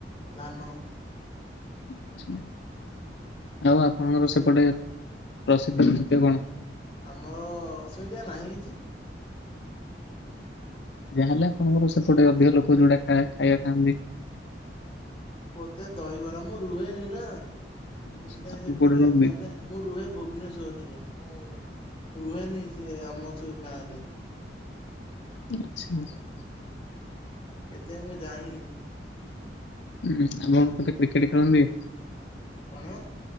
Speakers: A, on the left; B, on the left.
A: ଧାନ।
B: <inaudible> ଆଉ ଆପଣଙ୍କର ସେପଟେ ପ୍ରସିଦ୍ଧ ନୃତ୍ୟ କଣ?
A: ଆମର ସେମିତିଆ ନାହିଁ କିଛି।
B: ଯାହା ହେଲେ ଆପଣଙ୍କର ସେପଟେ ଅଧିକ ଲୋକ ଯୋଉଟା ଖା-ଖାଇବା ଖାଆନ୍ତି।
A: ବୋଧେ ଦହିବରା, ମୁଁ ରୁହେନି ନା,
B: ଆଚ୍ଛା,
A: ମୁଁ ସେଥିାଇଁ
B: ଆପଣ
A: ସେପଟେ
B: କୋଉଠି ରୁହନ୍ତି?
A: ମାନେ ମୁଁ ରୁହେ ଭୁବନେଶ୍ଵରରେ ଯାଇ, ମୁଁ ରୁହେନି ସେ ଆମ ସଉ ଗାଁରେ।
B: ତ ଆଚ୍ଛା, ଆଚ୍ଛା।
A: ସେଇଥିପାଇଁ ମୁଁ ଜାଣିନି।
B: ଉଁ, ଆମ ମୋତେ କ୍ରିକେଟ୍ ଖେଳନ୍ତି?
A: କଣ?